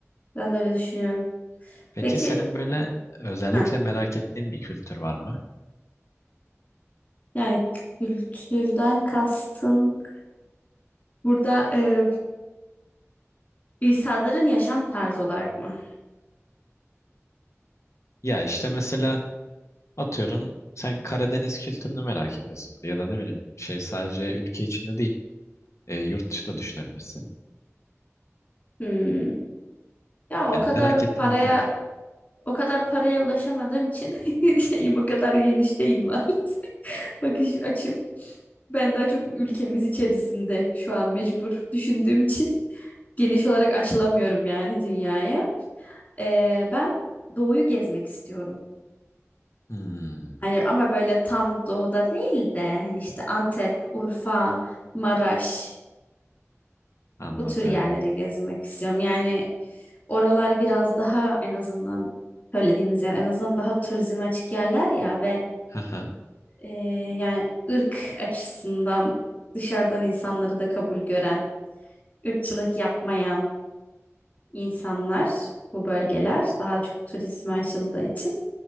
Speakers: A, on the left (about 35°); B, on the left (about 70°).
A: Ben de öyle düşünüyorum.
B: Peki
A: Peki,
B: senin böyle özellikle
A: heh,
B: merak ettiğin bir kültür var mı?
A: yani kültürden kastın burada e, insanların yaşam tarzı olarak mı?
B: Ya işte mesela atıyorum sen Karadeniz kültürünü merak ediyorsun. Ya da ne bileyim şey sadece ülke içinde değil e, yurt dışı da düşünebilirsin.
A: Hmm. Ya o
B: Yani
A: kadar
B: merak ettiğin
A: paraya
B: bir kültür.
A: o kadar paraya ulaşamadığım için <laughs> şeyim o kadar geniş değil maalesef. <laughs> Bakış açım. Ben daha çok ülkemiz içerisinde şu an mecbur düşündüğüm için geniş olarak açılamıyorum yani dünyaya. Ee, ben doğuyu gezmek istiyorum.
B: Hmm,
A: Hani ama böyle tam doğuda değil de hani işte Antep, Urfa, Maraş
B: anladım.
A: bu tür yerleri gezmek istiyorum. Yani oralar biraz daha en azından söylediğimiz yer en azından daha turizme açık yerler ya ve
B: Haha.
A: e, yani ırk açısından dışarıdan insanları da kabul gören, ırkçılık yapmayan insanlar bu bölgeler daha çok turizme açıldığı için.